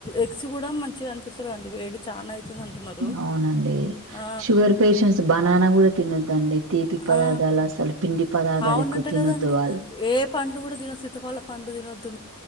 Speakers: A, on the left; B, on the right.
A: ఎగ్స్ కూడా మంచిగా అనిపిస్తలేవండి వేడి. చాలా అవుతుంది అంటున్నారు
B: అవునండి
A: ఆ,
B: షుగర్ పేషెంట్స్ బనానా కూడా తినొద్దండి. తీపి పదార్థాలు
A: ఆ
B: అసలు పిండి పదార్థాలు
A: అవునట
B: ఎక్కువ తినొద్దు
A: కదండి
B: వాళ్ళు
A: ఏ పండ్లు కూడా తిన శీతఫల పండ్లు తీ